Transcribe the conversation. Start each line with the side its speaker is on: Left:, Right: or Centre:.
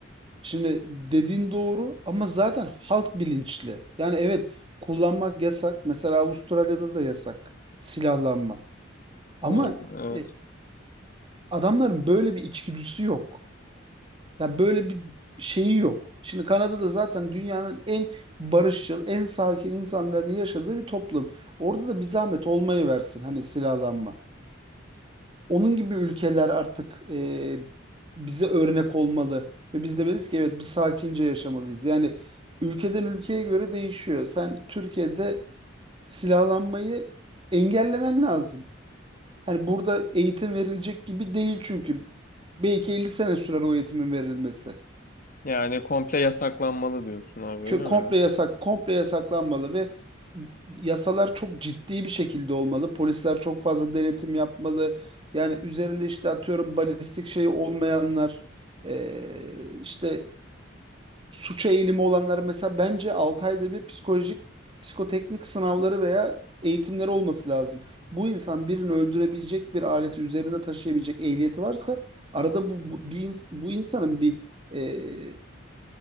Right: şimdi dediğin doğru ama zaten halk bilinçli. Yani evet kullanmak yasak. Mesela Avustralya'da da yasak silahlanma. Ama
Left: Onu evet.
Right: e, adamların böyle bir içgüdüsü yok. Yani böyle bir şeyi yok. Şimdi Kanada'da zaten dünyanın en barışçıl, en sakin insanların yaşadığı bir toplum. Orada da bir zahmet olmayı versin hani silahlanma. Onun gibi ülkeler artık e, bize örnek olmalı ve biz demeliyiz ki evet biz sakince yaşamalıyız. Yani ülkeden ülkeye göre değişiyor. Sen Türkiye'de silahlanmayı engellemen lazım. Hani burada eğitim verilecek gibi değil çünkü belki 50 sene sürer o eğitimin verilmesi.
Left: Yani komple yasaklanmalı diyorsun abi
Right: kö-
Left: öyle
Right: komple
Left: mi?
Right: yasak, komple yasaklanmalı ve yasalar çok ciddi bir şekilde olmalı. Polisler çok fazla denetim yapmalı. Yani üzerinde işte atıyorum balistik şeyi olmayanlar, e, işte suça eğilimi olanlar mesela bence 6 ayda bir psikolojik, psikoteknik sınavları veya eğitimleri olması lazım. Bu insan birini öldürebilecek bir aleti üzerinde taşıyabilecek ehliyeti varsa arada bu, bu, bir ins- bu insanın bir e,